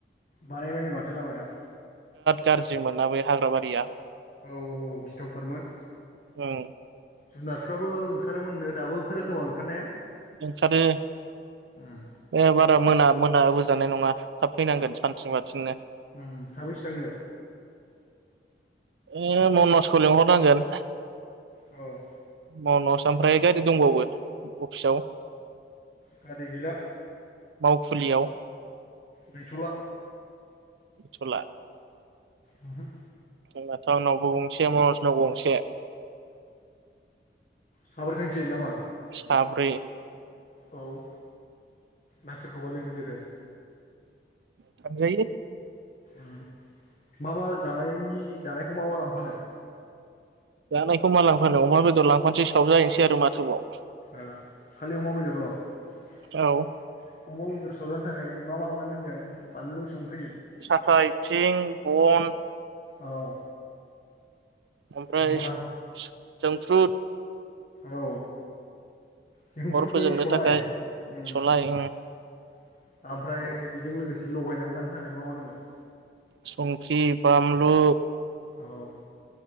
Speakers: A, on the left; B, on the right.
A: बारायबायनो माथो लामाया।
B: गाज्रिमोना बै हाग्राबारिया।
A: औ औ औ गिथावथारमोन
B: उम
A: जुनारफ्राबो ओंखार ओ मोन ओंखारो। खोमा ओंखारनाया
B: ओंखारो
A: उम
B: ए बारा मोना मोना होजानाय नङा थाब फैनांगोन सानसेनि बाथिंनो।
A: उ साबैसे थांनो?
B: ए मनजखौ लिंहरनांगोन
A: औ
B: मनज ओमफ्राय गारि दंबावो अफिसाव?
A: गारि गैला
B: मावखुलियाव
A: गैथ'ला।
B: सला।
A: ओमहो।
B: जबाथ' आनावबो गंसे मनजनाव गंसे।
A: साब्रै थांसै नामा?
B: साब्रै।
A: औ ना सोरखौबा लिंहरदेरो?
B: थांजायो।
A: ओम मा मा जानायनि जानायखौ मा मा लांफानो।
B: जानायखौ मा लांफानो अमा बेदर लांफानोसै सावजाहैनोसै आरो माथोबाव
A: औ खालि अमा बेदरल' अमा
B: औ
A: बेदर सावजनो थाखाय मा मा लानांगोन जों बानलु संख्रि
B: साथा आइथिं बन
A: औ
B: ओमफ्राय
A: बना
B: जांफ्र्रुट
A: औ जोंफ्रुद
B: अर फोजोंनो
A: माने सलाय
B: थाखाय
A: ओमफ्राय
B: सलाय
A: बेजों लोगोसे लगायनानै जानो थाखाय मा मा नांगोन
B: संख्रि बामलु
A: औ